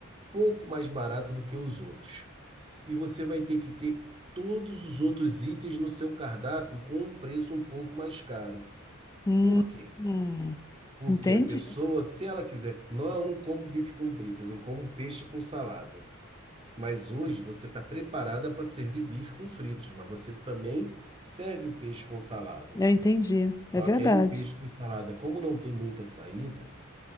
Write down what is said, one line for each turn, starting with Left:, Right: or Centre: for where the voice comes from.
Right: pouco mais barato do que os outros. E você vai ter que ter todos os outros itens no seu cardápio com um preço um pouco mais caro.
Left: Hum.
Right: Por quê?
Left: Hum.
Right: Porque
Left: Entendi.
Right: a pessoa, se ela quiser, não, eu não como bife com fritas, eu como peixe com salada. Mas hoje você está preparada para servir bife com fritas, mas você também serve o peixe com salada.
Left: Eu entendi. É
Right: Só
Left: verdade.
Right: que aí o peixe com salada, como não tem muita saída,